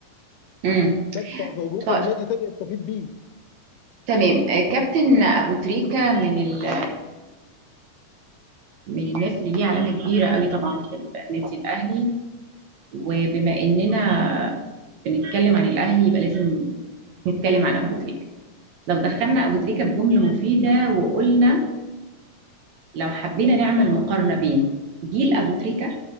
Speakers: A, on the right; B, on the left.
A: امم
B: بس وممكن
A: طيب
B: نادي تاني يستفيد بيه
A: تمام آه، كابتن ابو تريكه من ال... من الناس اللي ليه علامه كبيره قوي طبعا في النادي الاهلي وبما اننا بنتكلم عن الاهلي يبقى لازم نتكلم عن ابو تريكه لو دخلنا ابو تريكه بجمله مفيده وقلنا لو حبينا نعمل مقارنه بين جيل ابو تريكه